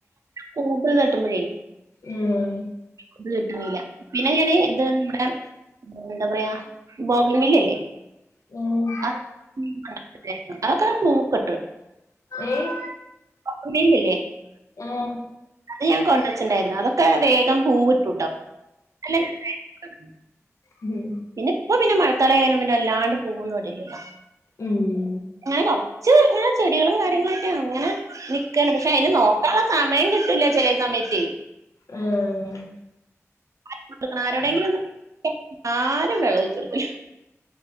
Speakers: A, on the right; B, on the left.
A: പൂപ്പല് തട്ടുമ്പഴേ
B: ഉം
A: ഇത് കിട്ട്ണ്ല്ല പിന്നെ ഞാന് ഇത് നമ്മ്ടെ എന്ത പറയാ ബോഗൻവില്ലല്ലേ
B: <unintelligible>
A: <unintelligible> അതൊക്കെ പൂക്കെട്ട്
B: ഏഹ്
A: <unintelligible>
B: <unintelligible>
A: അത് ഞാൻ കൊണ്ട്റ്ച്ച്ണ്ടായിരുന്നു അതൊക്കെ വേഗം പൂവ് ഇട്ടൂട്ടോ അല്ല <unintelligible>
B: ഉംഹ്
A: പിന്നെ ഇപ്പൊ പിന്നെ മഴക്കാലായ് കായിഞ്ഞ പിന്നെ എല്ലാണ്ട് പൂവൊന്നും ഇടലില്ല
B: ഉം
A: അങ്ങനെ കൊറ്ച്ച് ഇങ്ങനെ ചെടികളും കാര്യങ്ങളായിട്ട് അങ്ങനെ നിക്കാണ് പക്ഷെയിന് നോ ക്കാൻള്ള സമയം കിട്ടില്ല ചെലേ സമയത്തെയ്
B: ആഹ്
A: ആര് കൊടുക്കണം ആരോടെങ്കിലും ഒന്ന് ആരും വെള്ളംഒഴിച്ചുകൊട്ക്കൂല.